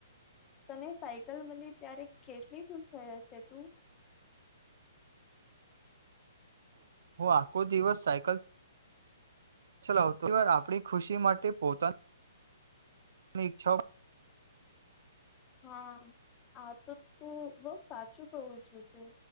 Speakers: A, on the left; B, on the right.
A: તને સાયકલ મળી ત્યારે કેટલી ખુશ થઈ હશે તું
B: હું આખો દિવસ સાયકલ ચલાવતો વાર આપણી ખુશી માટે પોતાનીની ઈચ્છાઓ
A: હા આ તો તું બઉ સાચું કવું છું તું